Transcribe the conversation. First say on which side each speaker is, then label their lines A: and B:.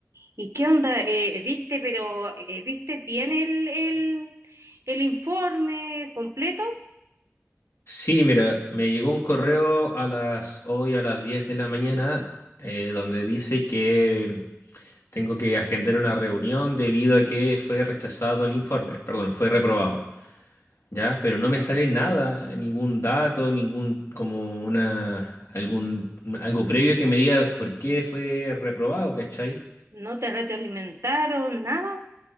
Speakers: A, on the right (about 80°); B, on the left (about 75°).
A: ¿Y qué onda? Eh, ¿viste, pero eh, viste bien el, el, el informe completo?
B: Sí, mira, me llegó un correo a las hoy a las 10 de la mañana eh, donde dice que tengo que agendar una reunión debido a que fue rechazado el informe, perdón, fue reprobado, ¿ya? Pero no me sale nada, ningún dato, ningún como una algún algo previo que me diga por qué fue reprobado, ¿cachai?
A: ¿No te retroalimentaron nada?